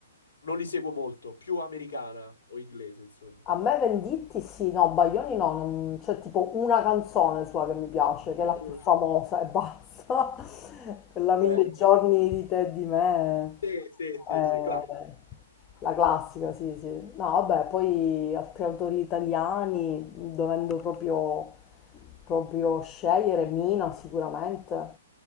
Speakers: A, on the left; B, on the left.
A: non li seguo molto, più americana o inglese, insomma.
B: A me Venditti sì, no, Baglioni no, non- c'è tipo una canzone sua che mi piace, che è la più
A: <laughs>
B: famosa e basta. <laughs> Quella
A: Bene,
B: Mille giorni
A: bene.
B: di te e di me.
A: Sì, sì, sì,
B: Eh,
A: sì, claro.
B: la classica, sì, sì. No, vabbè, poi altri autori italiani, dovendo proprio, proprio scegliere, Mina sicuramente,